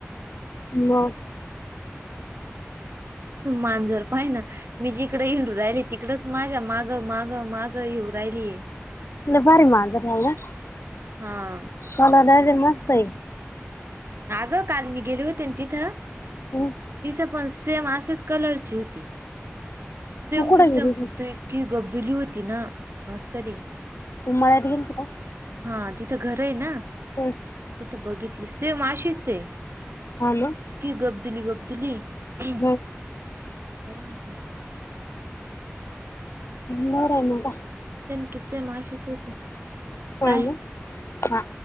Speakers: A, on the left (about 65°); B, on the right (about 60°).
A: मग
B: मांजर पाय ना. मी जिकडं हिंडू राहिली तिकडचं माझ्या मागं माग माग येऊ राहिलीयं.
A: भारी मांजर आहे ना
B: हा
A: त्याला कलर मस्त आहे.
B: अगं काल मी गेली होती ना तिथं
A: हम्म
B: तिथं पण सेम अशेच कलरची होती. सेम
A: तू कुठे
B: टू सेम
A: गेली होती?
B: फक्त इतकी गब्दुली होती ना भास कधी
A: तु मळ्यात गेलती का?
B: हा तिथं घर आहे ना
A: हं
B: तिथं बघितली सेम अशीच आहे.
A: हा ना.
B: गब्दुली गब्दुली विचारू
A: हं
B: नको.
A: बरं आहे मग
B: सेम टू सेम अशीच होती बाय.
A: हा ना. हा.